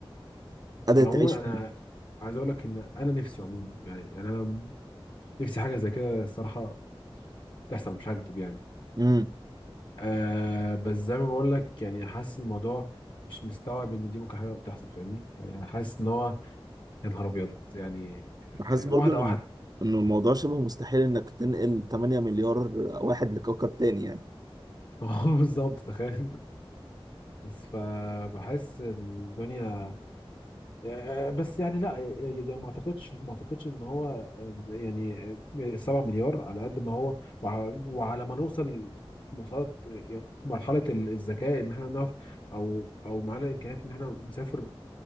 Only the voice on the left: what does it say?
انا
عموما
انا عايز اقول لك ان انا نفسي عموما يعني يعني انا نفسي حاجه زي كده الصراحه تحصل مش هكدب يعني
آه بس زي ما بقول لك يعني حاسس الموضوع مش مستوعب ان دي ممكن حاجه تحصل فاهمني يعني انا حاسس ان هو يا نهار ابيض يعني
آه،
واحده
واحده
<laughs> هو بالظبط تخيل انت بس فبحس الدنيا آه، بس يعني لا ي- ي- ي- ما اعتقدش ما اعتقدش ان هو آه، يعني آه، 7 مليار على قد ما هو وع- وعلى ما نوصل وصلت مرحله ال- الذكاء ان احنا نعرف او او معانا امكانيات ان احنا نسافر